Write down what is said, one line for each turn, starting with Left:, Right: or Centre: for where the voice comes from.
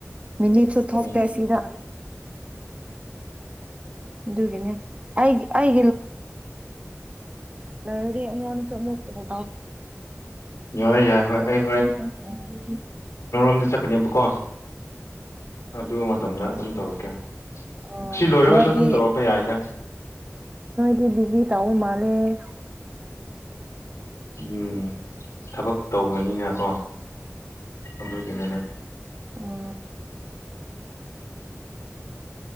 Right: ꯃꯤꯅꯤꯠꯁꯨ ꯊꯣꯛꯣꯛꯇꯦ
Left: ꯎꯝ
Right: ꯁꯤꯗꯥ ꯑꯗꯨꯒꯤꯅꯦ ꯑꯩ ꯑꯩ ꯂꯩꯔꯗꯤ ꯑꯩꯉꯣꯟꯗꯁꯨ ꯑꯃꯨꯛ ꯀꯣꯜ
Left: ꯌꯥꯏ ꯌꯥꯏ ꯍꯣꯏ ꯑꯩ
Right: ꯑꯁ <unintelligible>
Left: <inaudible> ꯀꯅꯦꯕꯀꯣ ꯑꯗꯨ ꯃꯇꯝꯗ ꯑꯗꯨꯝ ꯇꯧꯔꯛꯀꯦ
Right: ꯑꯣ
Left: ꯑꯁꯤ ꯂꯣꯏꯔꯒꯁꯨ
Right: ꯅꯣꯏꯗꯤ
Left: ꯑꯗꯨꯝ ꯇꯧꯔꯛꯄ ꯌꯥꯏꯗ
Right: ꯗꯤ ꯕꯤꯖꯤ ꯇꯥꯎꯎ ꯃꯥꯜꯦ
Left: ꯎꯝ ꯊꯕꯛ ꯇꯧꯕꯅꯤꯅꯀꯣ ꯍꯗ ꯀꯅꯤꯅ
Right: ꯎꯝ